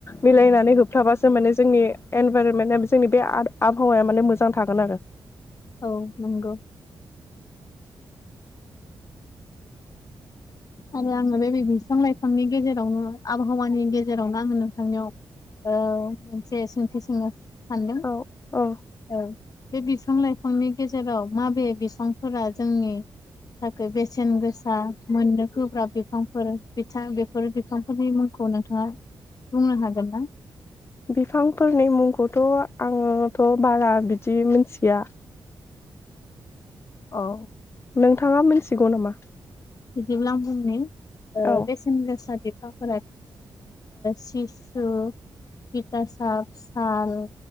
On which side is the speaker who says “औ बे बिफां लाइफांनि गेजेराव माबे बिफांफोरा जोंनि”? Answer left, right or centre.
Left